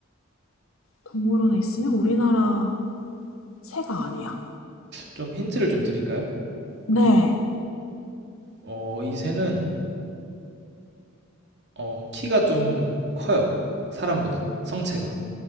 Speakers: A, on the left; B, on the right.
A: 동물원에 있으면 우리나라 새가 아니야.
B: 좀 힌트를 좀 드릴까요?
A: 네.
B: 어, 이 새는 어, 키가 좀 커요. 사람보다 성체가.